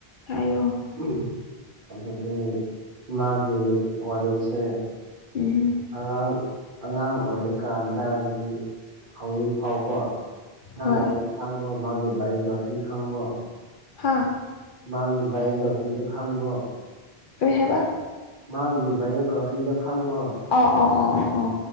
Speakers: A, on the left (about 60°); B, on the right (about 55°).
A: ꯍꯥꯏꯌꯣ
B: <unintelligible> ꯑꯗꯨꯕꯨ ꯃꯥꯒꯤ ꯋꯥꯔꯤꯁꯦ
A: ꯎꯝ
B: ꯑꯉꯥꯡ ꯑꯉꯥꯡ ꯑꯣꯏꯔꯤꯀꯥꯟꯗꯗꯤ ꯍꯧꯖꯤꯛ ꯐꯥꯎꯀꯣ ꯅꯪ
A: ꯍꯣꯏ
B: ꯋꯥꯔꯤ ꯈꯡꯕꯣ ꯃꯥꯒꯤ ꯕꯥꯏꯑꯣꯒ꯭ꯔꯥꯐꯤ ꯈꯪꯕ꯭ꯔꯣ
A: ꯍꯥꯥ
B: ꯃꯥꯥꯒꯤ ꯕꯥꯏꯑꯣꯒ꯭ꯔꯥꯐꯤ ꯗꯨ ꯈꯪꯕ꯭ꯔꯣ
A: ꯀꯔꯤ ꯍꯥꯏꯕ
B: ꯃꯥꯒꯤ ꯕꯥꯏꯑꯣꯒ꯭ꯔꯥꯐꯤꯗꯣ ꯈꯪꯕ꯭ꯔꯣ
A: ꯑꯣ ꯑꯣ ꯑꯣ ꯑꯣ ꯑꯣ